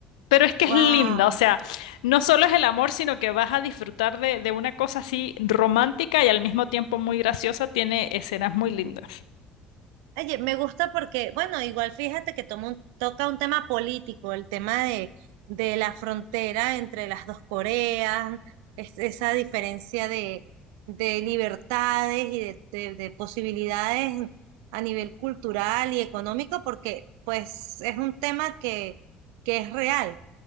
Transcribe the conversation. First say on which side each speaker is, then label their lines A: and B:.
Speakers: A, on the left; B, on the right.
A: Pero es que es
B: ¡Wow!
A: linda, o sea, no solo es el amor, sino que vas a disfrutar de, de una cosa así romántica y al mismo tiempo muy graciosa, tiene escenas muy lindas.
B: Oye, me gusta porque, bueno, igual fíjate que toma un- toca un tema político, el tema de, de la frontera entre las dos Coreas, es- esa diferencia de, de libertades y de, de- de posibilidades a nivel cultural y económico, porque pues es un tema que, que es real.